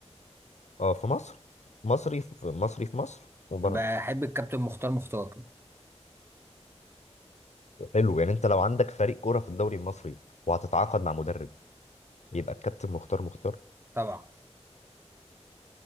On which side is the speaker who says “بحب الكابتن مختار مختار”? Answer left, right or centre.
Right